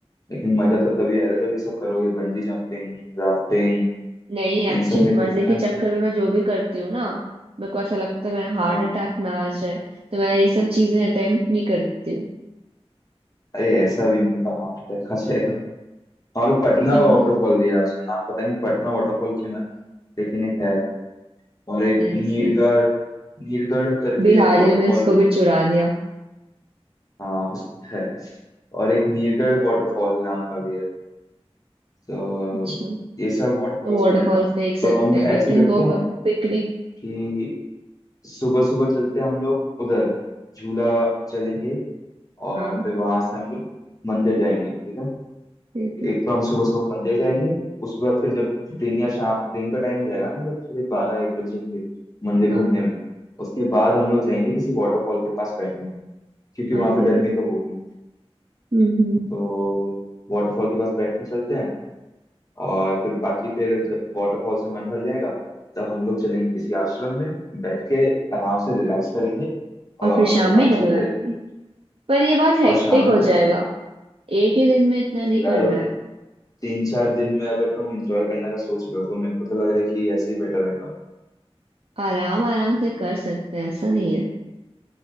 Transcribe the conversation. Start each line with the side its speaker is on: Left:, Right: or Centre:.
Left: लेकिन मजा तो तभी आएगा जब ये सब करोगे बंजी जंपिंग राफ्टिंग
Right: नहीं एक्चुअली
Left: इन सब में तो
Right: मजे
Left: फन
Right: के
Left: है सु-
Right: चक्कर में मैं जो भी करती हूँ ना मेरे को ऐसा लगता है मेरा हार्ट
Left: हाँ,
Right: अटैक ना आ जाए तो मैं ये सब चीजें अटेम्प्ट नहीं करती हूँ
Left: अरे ऐसा भी नहीं होता हार्ट अटैक आ जाएगा वहां पे पटना
Right: तो
Left: वाटरफॉल
Right: मैं
Left: भी है उसका नाम पता नहीं पटना वाटरफॉल क्यों है लेकिन एक है और एक
Right: मैं
Left: नीरगढ़
Right: इसमें
Left: नीरगढ़ करके
Right: बिहारियों
Left: वाटरफॉल
Right: ने इसको
Left: रोड
Right: भी चुरा
Left: है
Right: दिया
Left: हाँ हो सकता है और एक नीरगढ़ वाटरफॉल नाम का भी है तो
Right: अच्छा
Left: ये सब वाटरफॉल्स
Right: तो वाटरफॉल्स
Left: भी हैं
Right: देख सकते
Left: तो हम
Right: हैं
Left: ऐसे
Right: we can
Left: करते
Right: go
Left: हैं
Right: for picnic
Left: कि सुबह सुबह चलते हैं हम लोग उधर झूला चलेंगे और
Right: हाँ
Left: फिर वहां से हम लोग मंदिर जाएंगे ठीक है
Right: ठीक है
Left: एक तो हम सुबह सुबह मंदिर जाएंगे उसके बाद फिर जब दिन या शाम दिन का टाइम हो जाएगा ना जब थोड़े बारह एक बज जाएंगे मंदिर
Right: हाँ
Left: घूमने में उसके बाद हम लोग जाएंगे किसी वाटरफॉल के पास बैठने क्योंकि
Right: हाँ
Left: वहां
Right: ठीक
Left: पे गर्मी
Right: है
Left: तो होगी
Right: हम्म हम्म
Left: तो वाटरफॉल के पास बैठने चलते हैं और फिर बाकी फिर जब वाटरफॉल से मन भर जाएगा तब हम लोग चलेंगे किसी आश्रम में बैठ के आराम से रिलैक्स करेंगे
Right: और
Left: और
Right: फिर शाम
Left: बातचीत
Right: में गंगा
Left: करेंगे
Right: आरती पर ये बहुत हेक्टिक
Left: और शाम में
Right: हो
Left: फिर
Right: जाएगा
Left: गंगा
Right: एक ही दिन में इतना नहीं
Left: तो यार
Right: करना
Left: अब
Right: है
Left: तीन चार दिन में अगर तुम एंजॉय करने का सोच रहे हो तो मेरे को तो लग रहा है कि ऐसे ही बेटर रहेगा
Right: आराम आराम से कर सकते हैं ऐसा नहीं है